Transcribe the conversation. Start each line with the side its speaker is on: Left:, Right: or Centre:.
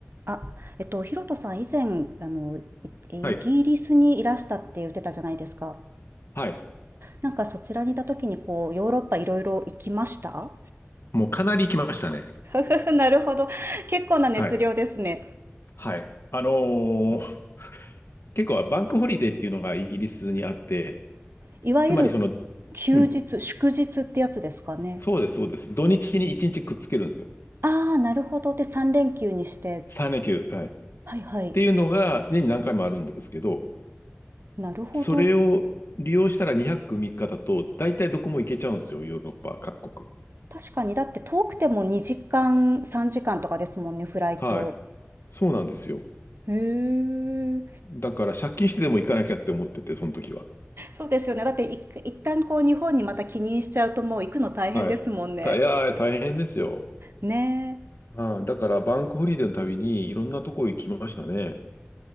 Right: あ、えっと、ヒロトさん、以前、あの、いイギリスにいらしたって言ってたじゃないですか。
Left: はい。はい。
Right: なんかそちらにいた時に、こう、ヨーロッパいろいろ行きました
Left: もうかなり行きましたね。
Right: <laughs> なるほど。結構な熱量ですね。
Left: はい。はい。あのー結構バンクホリデーっていうのがイギリスにあって、
Right: いわゆる休日、
Left: つまりその、うん、
Right: 祝日ってやつですかね。
Left: そうです、そうです。土日に1日くっつけるんですよ。
Right: ああ、なるほど。で、3連休にして。
Left: 3連休。はい。っ
Right: はいはい。
Left: ていうのが年に何回もあるんですけど、
Right: なるほど。
Left: それを利用したら2泊3日だと、大体どこも行けちゃうんですよ、ヨーロッパ各国。
Right: 確かに、だって遠くても2時間、3時間とかですもんね、フライト。
Left: はい。そうなんですよ。
Right: へえ。
Left: だから借金してでも行かなきゃって思ってて、その時は。
Right: そうですよね。だってい一旦こう日本にまた帰任しちゃうともう行くの大変ですもんね。
Left: はい。た、いやー、大変ですよ。
Right: ね
Left: ああ、だからバンクホリデーのたびにいろんなとこ行きましたね。